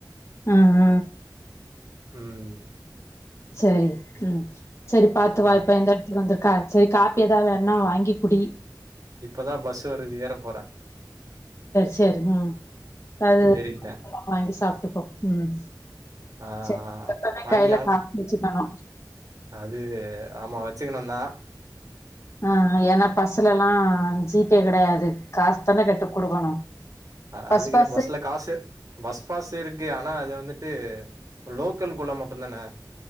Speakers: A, on the left; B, on the right.
A: ஹ் ஹ
B: ம்
A: சரி ம் சரி பாத்து வா
B: ஆ
A: இப்ப எந்த எடத்துக்கு வந்திருக்கா சரி காப்பி எதாவது வே ண்ணா வாங்கி குடி
B: இப்பதா பஸ்ஸு வருது ஏற போற
A: சரி ம் அது
B: ஏறிட்டே
A: வாங்கி சாப்டுக்கோ ம்
B: ஆ
A: சரி எப்பமே
B: வாங்கி
A: கையில காசு வெச்சுக்கணு
B: அது ஆமா வெச்சுக்கணுந்தா
A: ஆ ஏனா பஸ்ல எல்லா ஜி பே கெடையாது காசு தானே கட்டு குடுக்கணு
B: அ
A: பஸ்
B: அதுக்குன்னு
A: பாசு
B: பஸ்ல காசு பஸ் பாசு இருக்கு ஆனா அது வந்துட்டு லோக்கல் குள்ள மட்டுந்தான